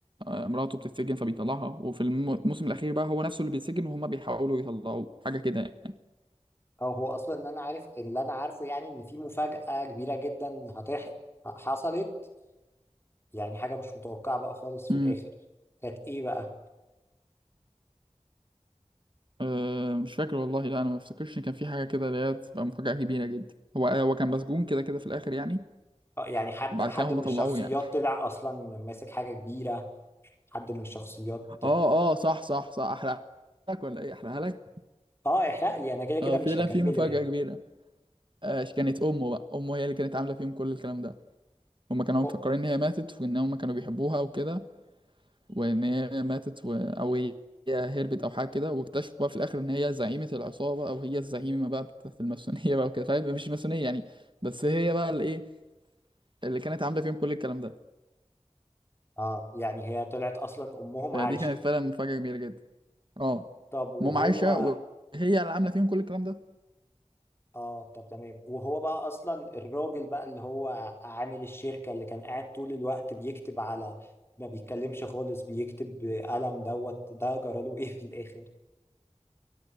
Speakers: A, on the right (about 45°); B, on the left (about 20°).
A: آه، مراته بتتسجن فبيطلعها وفي الم- الموسم الاخير بقى هو نفسه اللي بيتسجن وهما بيحاولوا يطلعوه حاجه كده يعني
B: او هو اصلا ان انا عارف اللي انا عارفه يعني ان في مفاجأة كبيرة جدا هتح حصلت يعني حاجة مش متوقعة بقى خالص في
A: امم
B: الاخر كانت ايه بقى
A: أه مش فاكر والله لا انا ما افتكرش إن كان في حاجه كده اللي هي تبقى مفاجاه كبيره جدا هو هو كان مسجون كده كده في الاخر يعني
B: آه، يعني حد
A: وبعد
B: حد
A: كده هما
B: من الشخصيات
A: طلعوه يعني
B: طلع اصلا ماسك حاجة كبيرة حد من الشخصيات
A: اه اه صح صح صح احرقها لك ولا ايه احرقها لك
B: اه احرق لي انا كده كده
A: اه
B: مش
A: فعلا
B: هكمله
A: في مفاجأة
B: يعني
A: كبيرة آه كانت امه بقى امه هي اللي كانت عاملة فيهم كل الكلام ده هما كانوا
B: أو-
A: مفكرين ان هي ماتت وان هما كانوا بيحبوها وكده وان هي ماتت و... او هي هربت او حاجة كده واكتشفوا بقى في الاخر ان هي زعيمة العصابة او هي الزعيمة بقى بتاعت الماسونية بقى وكده فاهم مش ماسونية يعني بس هي بقى الايه اللي كانت عاملة فيهم كل الكلام ده
B: اه يعني هي طلعت اصلا امهم
A: فدي
B: عايشة
A: كانت فعلا مفاجأة كبيرة جدا اه
B: طب وهو
A: مام عايشة وهي اللي عاملة فيهم كل الكلام ده
B: اه طب تمام وهو بقى اصلا الراجل بقى اللي هو عامل الشركة اللي كان قاعد طول الوقت بيكتب على ما بيتكلمش خالص بيكتب بقلم دوت ده جراله ايه في الاخر